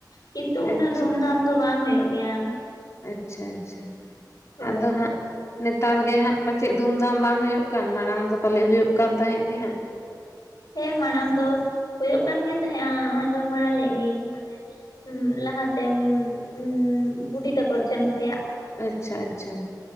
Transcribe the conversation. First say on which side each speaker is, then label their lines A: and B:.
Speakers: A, on the left; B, on the left.
A: ᱠᱤᱱᱛᱩ ᱩᱱᱟᱹᱜ
B: ᱟᱪᱪᱷᱟ
A: ᱫᱩᱢ ᱫᱟᱢ ᱫᱚ ᱵᱟᱝ ᱦᱳᱭᱳ ᱜᱮᱭᱟ᱾
B: ᱟᱪᱪᱷᱟ ᱟᱪᱪᱷᱟ
A: ᱦᱳᱭ
B: ᱟᱫᱚ ᱦᱟᱸᱜ ᱱᱮᱛᱟᱨ ᱜᱮ ᱦᱟᱸᱜ ᱯᱟᱪᱮ ᱫᱷᱩᱢ ᱫᱷᱟᱢ ᱵᱟᱝ ᱦᱳᱭᱳ ᱠᱟᱱ, ᱢᱟᱲᱟᱝ ᱫᱚ ᱯᱟᱞᱮ ᱦᱳᱭᱳ ᱠᱟᱱ ᱛᱟᱦᱮᱸᱫ ᱜᱮ ᱦᱟᱸᱜ᱾
A: ᱦᱮᱸ ᱢᱟᱲᱟᱝ ᱫᱚ ᱦᱳᱭᱳᱜ ᱠᱟᱱ ᱜᱮ ᱛᱟᱦᱮᱸᱜ-ᱟ, ᱟᱸᱡᱚᱢ ᱵᱟᱲᱟ ᱞᱮᱫ ᱜᱤᱧ ᱢᱟᱱᱮ ᱞᱟᱦᱟᱛᱮᱢ <unintelligible> ᱵᱩᱰᱤ ᱛᱟᱠᱚ ᱴᱷᱮᱱ ᱠᱷᱚᱭᱟᱜ᱾
B: ᱟᱪᱪᱷᱟ ᱟᱪᱪᱷᱟ